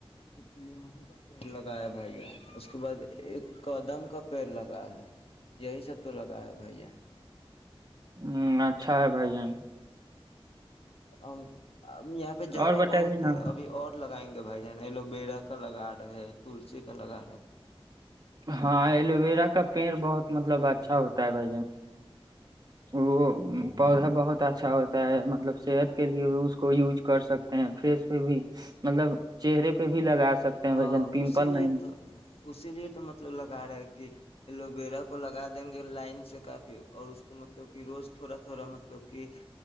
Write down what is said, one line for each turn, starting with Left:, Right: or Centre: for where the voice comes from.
Left: ایک نیمبو کا پیڑ لگایا بھائی جان اس کے بعد ایک قدم کا پیڑ لگا ہے یہی سب تو لگا ہے بھائی ج
Right: ہوں اچھا ہے بھائی جان
Left: ہم <unintelligible> ا یہاں پہ جگہ
Right: اور بتائیے
Left: بہت
Right: نا
Left: ہے ابھی اور لگائیں گے بھائی جان ایلو بییرا کا لگا رہے تلسی کا لگا رہے
Right: ہاں ایلو ویرا کا پیڑ بہت مطلب اچھا ہوتا ہے بھائی جان وہ پودھا بہت ب اچھا ہوتا ہے مطلب صحت کے لیے بھی اس کو یوز کر سکتے ہیں فیس پہ بھی مطلب چہرے پہ بھی لگا سکتے ہیں
Left: ہاں
Right: بھائی جان پمپل
Left: اسی لیے
Right: نہیں
Left: تو اسی لیے تو تو مطلب لگا رہے ہے کہ ایلوویرا کو لگا دیں گے لائن سے کافی اور اس کو مطلب کہ روز تھوڑا تھوڑا مطلب کہ